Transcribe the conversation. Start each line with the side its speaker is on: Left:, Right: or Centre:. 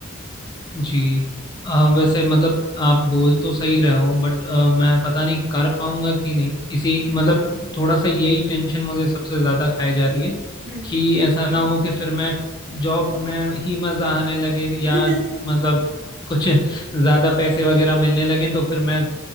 Left: जी अ, वैसे मतलब आप बोल तो सही रहे हो बट मैं पता नहीं कर पाऊंगा कि नहीं इसी मतलब थोड़ा सा यही टेंशन मुझे सबसे ज्यादा खाई जा रही है
Right: हम्म
Left: कि ऐसा ना हो कि फिर मैं जॉब में ही मजा आने लगे
Right: <laughs>
Left: या
Right: हम्म
Left: मतलब कुछ ज्यादा पैसे वगैरह मिलने लगे तो फिर मैं